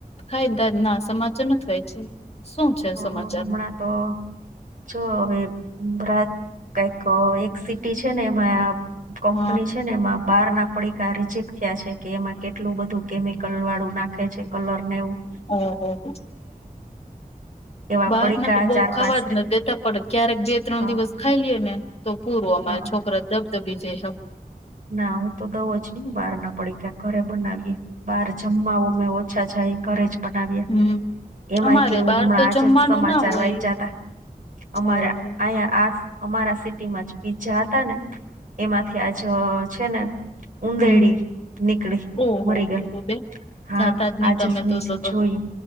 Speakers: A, on the left; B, on the right.
A: ખાયદા ના સમાચાર નથી ખય છે
B: હ
A: સમાચારમાં
B: હમણાં તો છ હવે બરાત કઈક એક સિટી છે ને એમાં કંપની
A: હ હ
B: છે ને એમાં બહાર ના પડીકા રિજેક્ટ થયા છે કે એમાં કેટલું બધું કેમિકલ વાળું નાખે છે કલર નેવું
A: હ હ હ
B: એવા
A: બહાર
B: પડીકા
A: ના તો બઉ
B: ચાર
A: ખાવા
B: પાંચ
A: જ ન દેતા પડે ક્યારેક બે ત્રણ
B: હ
A: દિવસ ખાઈ લએ ને તો પૂરું અમારે
B: હ
A: છોકરા દબદબી જઈ છે
B: ના હું તો દઉ જ નહી બહાર ના પડીકા ઘરે બનાવી બહાર જમવા મેં ઓછા જાય ઘરે જ બનાવીએ
A: હમ
B: એમાંય
A: અમારે
B: કેવું
A: બહાર
B: હમણાં
A: તો
B: આજે
A: જમવાનું
B: જ સમાચાર
A: ના હોય
B: વાંચ્યા હતા અમારા
A: ઓહો
B: અહીંયા આ અમારા સિટીમાં જ પીજા હતા ને એમાંથી આજ છે ને ઉદેડી
A: હમ
B: નીકળી
A: ઓહો
B: મરી ગયલ
A: હો બેન
B: હા
A: જાતા નહી
B: આજ
A: તમે
B: જ મેં
A: તો તો
B: જોયું